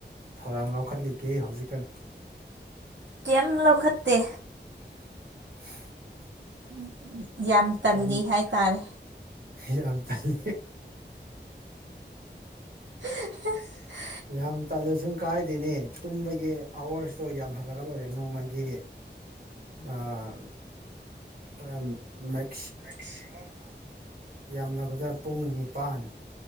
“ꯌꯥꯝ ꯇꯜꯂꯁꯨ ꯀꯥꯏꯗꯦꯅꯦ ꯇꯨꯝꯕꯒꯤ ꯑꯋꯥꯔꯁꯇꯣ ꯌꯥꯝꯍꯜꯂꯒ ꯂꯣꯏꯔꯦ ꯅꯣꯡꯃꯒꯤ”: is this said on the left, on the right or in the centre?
Right